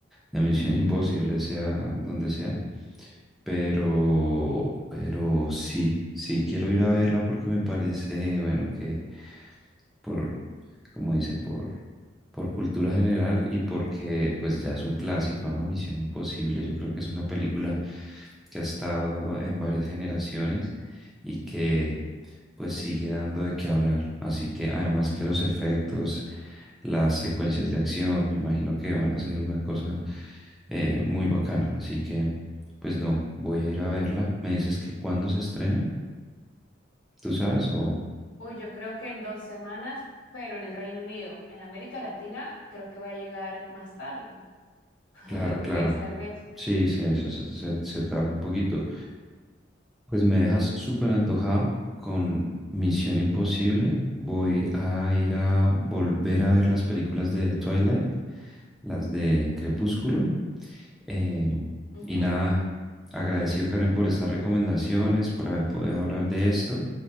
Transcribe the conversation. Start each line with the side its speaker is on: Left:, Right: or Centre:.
Centre: de Misión Imposible, sea donde sea, pero, pero sí, sí quiero ir a verla porque me parece, bueno, que por, como dicen, por, por cultura general y porque pues ya es un clásico, ¿no? Misión Imposible, yo creo que es una película que ha estado en varias generaciones y que pues sigue dando de qué hablar. Así que además que los efectos, las secuencias de acción, me imagino que van a ser una cosa eh, muy bacana. Así que pues no, voy a ir a verla. ¿Me dices que cuándo se estrena? ¿Tú sabes o...?
Left: Uy, yo creo que en dos semanas, pero en el Reino Unido. En América Latina creo que va a llegar más tarde, <laughs>
Centre: Claro,
Left: un
Centre: claro.
Left: mes tal vez.
Centre: Sí, se, se, se, se- se tarda un poquito. Pues me dejas súper antojado con Misión Imposible. Voy a ir a volver a ver las películas de Twilight, las de Crepúsculo. Eh,
Left: Ujú.
Centre: y nada, agradecido Karen por estas recomendaciones, por haber podido hablar de esto.